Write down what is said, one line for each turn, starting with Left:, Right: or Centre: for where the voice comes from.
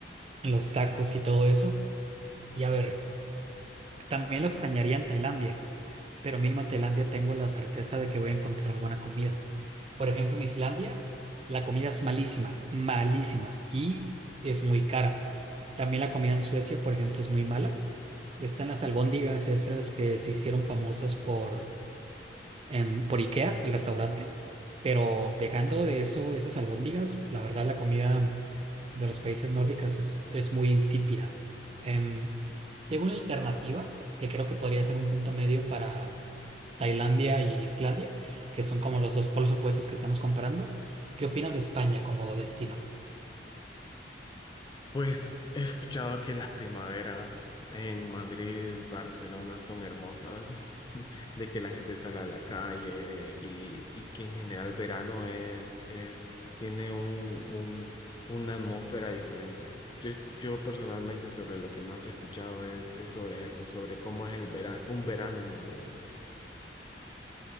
Right: los tacos y todo eso. Y a ver, también lo extrañaría en Tailandia, pero mínimo en Tailandia tengo la certeza de que voy a encontrar buena comida. Por ejemplo, en Islandia, la comida es malísima, malísima y es muy cara. También la comida en Suecia, por ejemplo, es muy mala. Están las albóndigas esas que se hicieron famosas por em, por IKEA, el restaurante, pero dejando de eso, esas albóndigas, la verdad la comida de los países nórdicos es, es muy insípida. Em, tengo una alternativa que creo que podría ser un punto medio para Tailandia y Islandia, que son como los dos polos opuestos que estamos comparando. ¿Qué opinas de España como destino?
Left: Pues he escuchado que las primaveras en Madrid, Barcelona son hermosas. <laughs> de que la gente sale a la calle y, y que en general verano es, es, tiene un, un- una atmósfera diferente. Yo, yo personalmente sobre lo que más he escuchado es, es sobre eso, sobre cómo es el verano, un verano en Madrid.